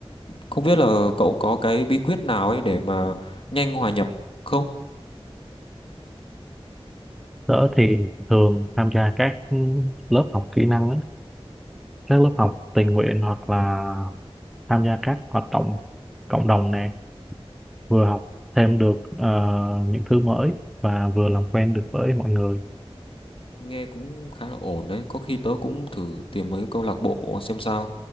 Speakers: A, on the left (about 60°); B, in the centre.
A: không biết là cậu có cái bí quyết nào ấy để mà nhanh hòa nhập không
B: tớ thì thường tham gia các lớp học kỹ năng á các lớp học tình nguyện hoặc là tham gia các hoạt động cộng đồng nè vừa học thêm được ờ, những thứ mới và vừa làm quen được với mọi người
A: nghe cũng khá là ổn đấy có khi tớ cũng thử tìm mấy câu lạc bộ xem sao